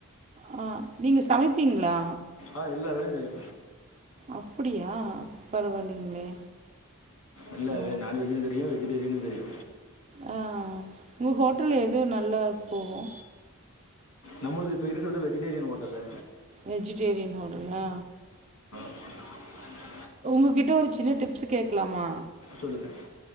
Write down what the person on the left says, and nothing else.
ஆ எல்லா வேலையு தெரியு
இல்ல
வெ நான்வெஜ்ஜூ தெரியு வெஜிடேரியனு தெரியு
நம்மளது இப்ப இருக்குறது வெஜிடேரியன் ஹோட்டல்லு
<inaudible>
சொல்லுங்க